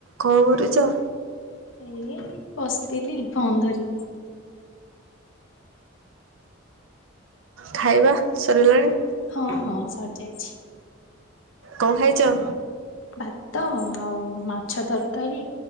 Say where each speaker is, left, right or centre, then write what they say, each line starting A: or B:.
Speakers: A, on the right; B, on the left.
A: କଣ କରୁଛ
B: ଏଇ ବସିଥିଲି ଫୋନ୍ ଧରିକି
A: ଖାଇବା ସରିଲାଣି
B: ହଁ ହଁ ସରିଯାଇଛି
A: କଣ ଖାଇଛ
B: ଭାତ ଆଉ ମାଛ ତରକାରି